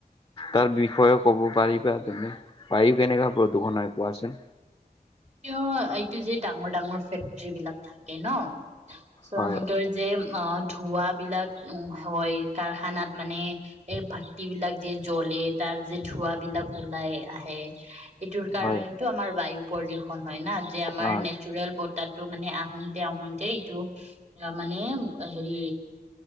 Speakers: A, on the left; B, on the right.
A: তাৰ বিষয়েও ক'ব পাৰিবা তুমি পানী কেনেকুৱা প্ৰদূৰণ হয় কোৱাচোন?
B: এইটো এইটো যে ডাঙৰ ডাঙৰ ফেক্টৰী বিলাক থাকে ন। চ'
A: হয়
B: সিহতৰ যে অ। ধোৱাবিলাক হয় কাৰখানাত মানে এই ভাটি বিলাক যে জ্বলে তাৰ যে ধোৱা বিলাক ওলাই আহে, এইটোৰ কাৰণেতটো
A: হয়
B: আমাৰ বায়ু পৰি হয় না। যে আমাৰ
A: অ
B: নেচৰেল ব তাতো মানে আহোতে আহোতে ইটো অ মানে হেৰি